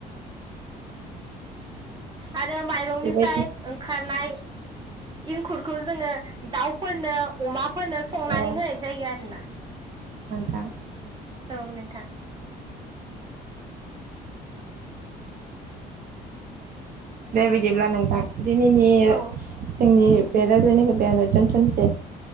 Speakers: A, on the right (about 30°); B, on the right (about 55°).
A: आरो माइरंनिफ्राय
B: बेबायदि
A: ओंखारनाय इंखुरखौ जोङो दाउफोरनो अमा फोरनो संनानै
B: औ
A: होनाय जायो आरोना।
B: थां।
A: औ नोंथां।
B: दे बिदिब्ला नोंथां दिनैनि
A: औ
B: जोंनि बे रायलायनायखो बेयावनो दोनथ'नोसै।